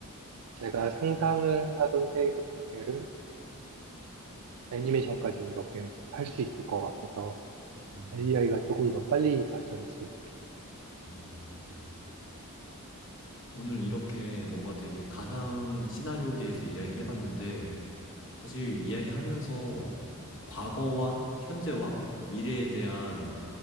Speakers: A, on the right; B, on the left.
A: 제가 상상을 하던 세계를 애니메이션까지 이렇게 할 수 있을 것 같아서
B: 음,
A: AI가 조금 더 빨리 발전했으면 좋겠어요.
B: 어. 오늘 이렇게 뭔가 되게 가상 시나리오에 대해서 이야기해봤는데, 사실 이야기하면서 과거와 현재와 미래에 대한